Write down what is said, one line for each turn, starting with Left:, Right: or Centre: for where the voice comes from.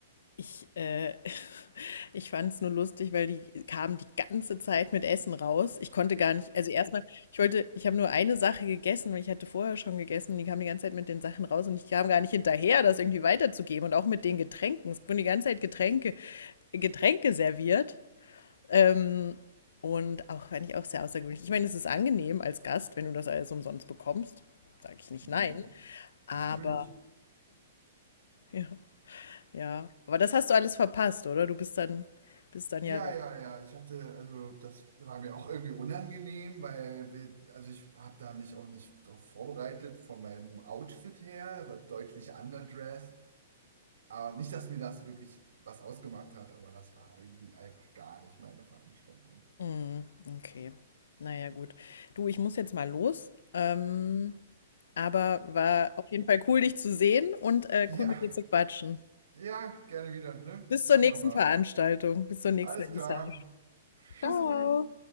Left: Ich, äh, <laughs> ich fand es nur lustig, weil die kamen die ganze Zeit mit Essen raus. Ich konnte gar nicht, also erstmal, ich wollte, ich habe nur eine Sache gegessen, weil ich hatte vorher schon gegessen und die kamen die ganze Zeit mit den Sachen raus und ich kam gar nicht hinterher, das irgendwie weiterzugeben und auch mit den Getränken. Es wurden die ganze Zeit Getränke, Getränke serviert. Ähm, und auch, fand ich auch sehr außergewöhnlich. Ich meine, es ist angenehm als Gast, wenn du das alles umsonst bekommst. Sage ich nicht
Right: Mhm.
Left: nein. Aber,
Right: Natürlich.
Left: ja. Ja, aber das hast du alles verpasst, oder? Du bist dann, bist dann
Right: Ja,
Left: ja weg.
Right: ja, ja. Ich hatte, also das war mir auch irgendwie unangenehm, weil wir, also ich habe da mich auch nicht darauf vorbereitet von meinem Outfit her, war deutlich underdressed. Aber nicht, dass mir das wirklich was ausgemacht hat, aber das war irgendwie einfach gar nicht meine Veranstaltung.
Left: Mhm, okay. Naja, gut. Du, ich muss jetzt mal los. Ähm, aber war auf jeden Fall cool, dich zu sehen und äh,
Right: Ja,
Left: cool mit dir zu quatschen.
Right: ja, gerne wieder, ne?
Left: Bis
Right: Machen
Left: zur nächsten
Right: wir mal.
Left: Veranstaltung, bis zur nächsten
Right: Alles
Left: Vernissage.
Right: klar. Tschüssi.
Left: Ciao.